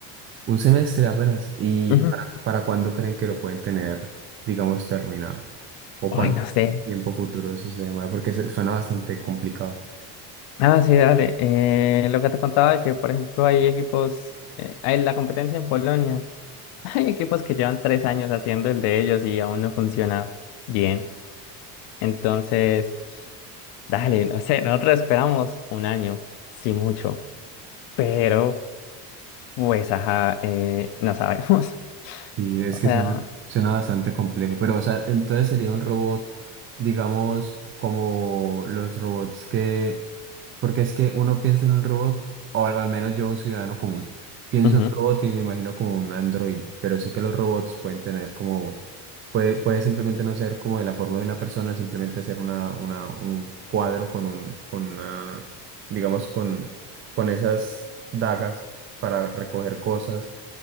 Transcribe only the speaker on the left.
Ujú.
Ay,
no sé.
Ah, sí, dale. Eh, lo que te contaba de que, por ejemplo, hay equipos, eh, hay la competencia en Polonia. <laughs> Hay equipos que llevan tres años haciendo el de ellos y aún no funciona bien. Entonces, dale, no sé, nosotros esperamos un año, sí mucho, pero pues, ajá, eh, no sabemos. <laughs>
O
sea,
ujú.